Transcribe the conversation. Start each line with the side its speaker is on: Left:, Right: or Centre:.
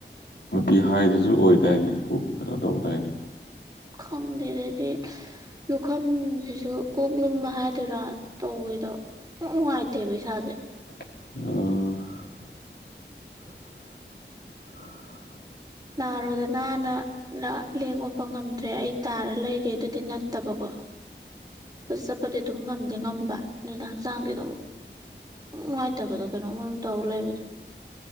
Left: ꯕꯤ ꯄꯤ ꯍꯥꯏꯗꯁꯨ ꯑꯣꯏꯗꯥꯏꯅꯦ ꯀꯣꯛ ꯀꯩꯅꯣ ꯇꯧꯗꯥꯏꯅꯦ
Right: ꯈꯪꯗꯦ ꯑꯗꯨꯗꯤ ꯂꯨꯈꯝꯖꯤꯖꯨ ꯀꯣꯛ ꯂꯨꯝꯕ ꯍꯥꯏꯗꯨꯔꯥ ꯇꯧꯕꯤꯗꯣ ꯏꯅꯨꯡ ꯅꯨꯡꯉꯥꯏꯇꯦꯕ ꯏꯁꯥꯁꯦ
Left: ꯑꯣ
Right: ꯅꯔꯣꯗꯅꯥꯅ ꯂꯥ ꯂꯦꯡ ꯑꯣꯠꯄ ꯉꯝꯗ꯭ꯔꯦ ꯑꯩ ꯇꯥꯔ ꯂꯩꯔꯦ ꯑꯗꯨꯗꯤ ꯅꯠꯇꯕꯀꯣ ꯀꯣꯏꯆꯠ ꯆꯠꯄꯗꯤ ꯑꯗꯨꯝ ꯉꯝꯗꯤ ꯉꯝꯕ ꯑꯗꯨꯗ ꯍꯛꯆꯥꯡꯗꯤ ꯑꯗꯨꯝ ꯏꯅꯨꯡ ꯅꯨꯡꯉꯥꯏꯇꯕꯗꯣ ꯀꯩꯅꯣꯝꯃꯥ ꯇꯧꯔ ꯂꯩꯕꯗꯣ